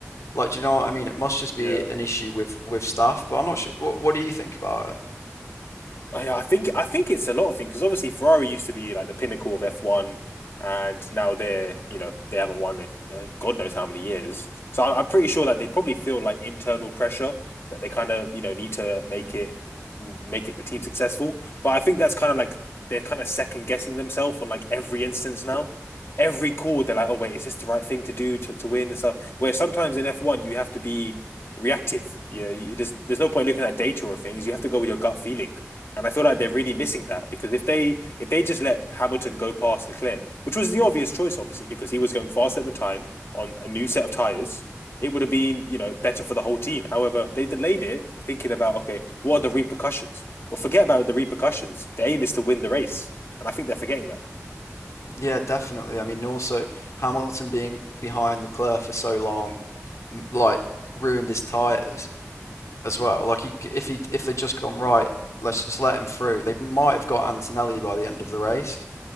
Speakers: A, on the left (about 75°); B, on the left (about 50°).
A: Like, do you know what I mean? It must just be
B: Yeah.
A: an issue with with staff, but I'm not sure. What, what do you think about it?
B: Oh, Yeah, I think I think it's a lot of things because obviously Ferrari used to be like the pinnacle of F1, and now they're you know they haven't won in uh, God knows how many years. So I, I'm pretty sure that they probably feel like internal pressure that they kind of you know need to make it make it the team successful. But I think that's kind of like they're kind of second guessing themselves on like every instance now. Every call they're like, oh wait, is this the right thing to do to, to win and stuff? Where sometimes in F1 you have to be reactive. You know, you, there's there's no point looking at data or things. You have to go with your gut feeling and I feel like they're really missing that because if they if they just let Hamilton go past Leclerc, which was the obvious choice, obviously, because he was going fast at the time on a new set of tires, it would have been you know better for the whole team. However, they delayed it, thinking about okay, what are the repercussions? Well, forget about the repercussions. The aim is to win the race, and I think they're forgetting that.
A: Yeah, definitely. I mean, also Hamilton being behind Leclerc for so long, m- like ruined his tires as well. Like, he, if he if they'd just gone right, let's just let him through. They might have got Antonelli by the end of the race.